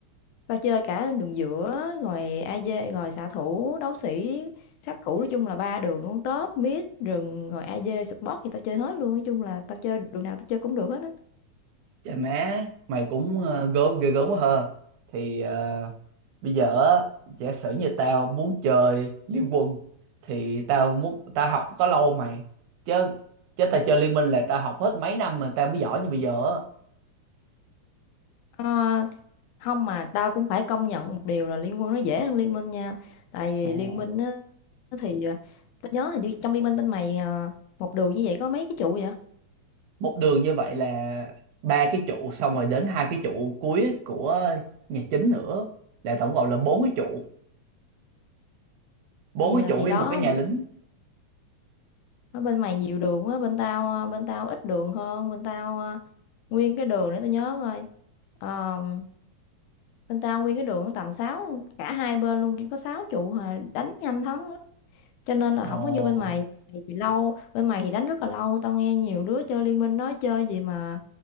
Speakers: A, on the left; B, on the right.
A: tao chơi cả đường giữa rồi AD rồi xạ thủ đấu sĩ sát thủ nói chung là ba đường luôn top mid rừng rồi AD support thì tao chơi hết luôn nói chung là tao chơi đường nào tao chơi cũng được hết á
B: Trời má mày cũng uh, gớm ghê gớm quá hờ thì ờ, bây giờ á, giả sử như tao muốn chơi Liên Quân thì tao muốn tao học có lâu mày chứ chứ tao chơi Liên Minh là tao học hết mấy năm mà tao mới giỏi như bây giờ á.
A: Ờ, không mà tao cũng phải công nhận một điều là liên quân nó dễ hơn liên minh nha tại vì
B: Ồ.
A: liên minh á thì ờ, tao nhớ hình như trong liên minh bên mày ờ, một đường như vậy có mấy cái trụ vậy
B: một đường như vậy là ba cái trụ xong rồi đến hai cái trụ cuối của nhà chính nữa là tổng cộng là bốn cái trụ bốn
A: thì
B: cái trụ
A: thì
B: với
A: đó
B: một cái nhà lính
A: ở bên mày nhiều đường á bên tao ờ, bên tao ít đường hơn bên tao à, nguyên cái đường để tao nhớ coi Ờ, bên tao nguyên cái đường nó tầm sáu cả hai bên luôn chỉ có 6 trụ hà đánh nhanh thắng lắm. cho nên là
B: ồ
A: không có như bên mày mày thì lâu bên mày thì đánh rất là lâu tao nghe nhiều đứa chơi liên minh nói chơi gì mà